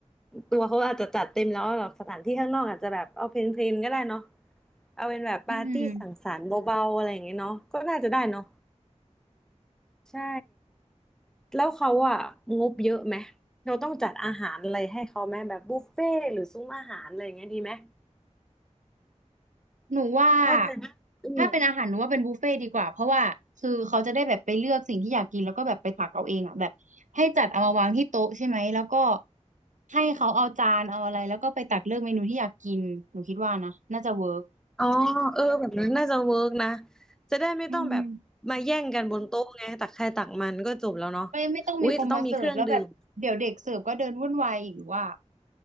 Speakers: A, in the centre; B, on the right (about 80°).
A: ตัวเขาอาจจะจัดเต็มแล้วแบบสถานที่ข้างนอกอาจจะแบบเอาเพลนๆก็ได้เนาะเอาเป็นแบบปาร์ตี้สังสรรค์เบาๆอะไรอย่างเงี้ยเนาะก็น่าจะได้เนาะ
B: อืม
A: ใช่แล้วเขาอะงบเยอะไหมเราต้องจัดอาหารอะไรให้เขาไหมแบบบุฟเฟ่ต์หรือซุ้มอาหารอะไรอย่างเงี้ยดีไหม
B: หนูว่า
A: น่าจะอืม
B: ถ้าเป็นอาหารหนูว่าเป็นบุฟเฟ่ต์ดีกว่าเพราะว่าคือเขาจะได้แบบไปเลือกสิ่งที่อยากกินแล้วก็แบบไปตักเอาเองอ่ะแบบให้จัดเอามาวางที่โต๊ะใช่ไหมแล้วก็ให้เขาเอาจานเอาอะไรแล้วก็ไปตักเลือกเมนูที่อยากกินหนูคิดว่านะน่าจะเวิร์ก
A: อ๋อเออแบบนั้นน่าจะเวิร์กนะจะได้ไม่ต้องแบบมาแย่งกันบนโต๊ะไงตักใครตักมันก็จบแล้วเนาะ
B: อืม ไม่ไม่ต้องมีคนมาเสิร์ฟแล้วแบบเดี๋ยวเด็กเสิร์ฟก็เดินวุ่นวายอีกว่า
A: อุ้ยแต่ต้องมีเครื่องดื่ม